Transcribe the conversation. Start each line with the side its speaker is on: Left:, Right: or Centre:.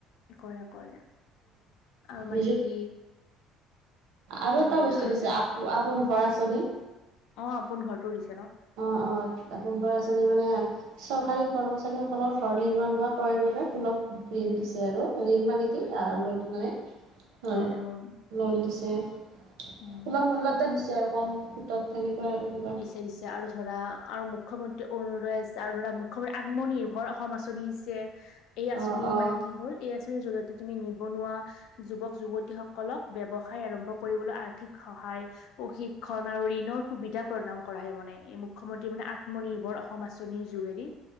Left: কৰে কৰে, আৰু মানে
Right: নিজত
Left: কি
Right: আৰু
Left: হয়
Right: এটা
Left: দিয়া
Right: বস্তু
Left: আৰু
Right: দিছে,
Left: ধৰা
Right: আপ-আপোন ঘৰ আঁচনি।
Left: অ', আপোন ঘৰটো দিছ
Right: অ' অ', আপোন ঘৰ আঁচনি মানে চৰকাৰী কৰ্মচাৰীসকলৰ ঘৰ নিৰ্মাণ বা ক্ৰয়ৰ বাবে সুলভ ঋণ
Left: উম
Right: দিছে
Left: উম
Right: আৰু, ঋণ মানে কি
Left: হয়
Right: অ'
Left: হয়
Right: লোন মানে, হয়,
Left: লোন লোন
Right: লোন দিছে। হে,
Left: উম
Right: সুলভ মূল্যতে দিছে আৰু কম সুতত তেনেকুৱাই আৰু কিবা।
Left: দিছে দিছে আৰু ধৰা আৰু মুখ্যমন্ত্ৰী অৰুণোদয় আছে। আৰু ধৰা মুখ্যমন্ত্ৰী আত্মনিৰ্ভৰ অসম আঁচনি আছে। এই আঁচনি
Right: অ', অ',
Left: মানে কি হ'ল, এই আঁচনি নিৰ জৰিয়তে তুমি নিবনুৱা যুৱক যুৱতীসকলক ব্যৱসায় আৰম্ভ কৰিবলৈ আৰ্থিক সহায় হায় প্ৰশিক্ষণ আৰু ঋণৰ সুবিধা প্ৰদান কৰা হয় মানে, এই মুখ্যমন্ত্ৰী মানে আত্মনিৰ্ভৰ অসম আঁচনিৰ যোগেদি।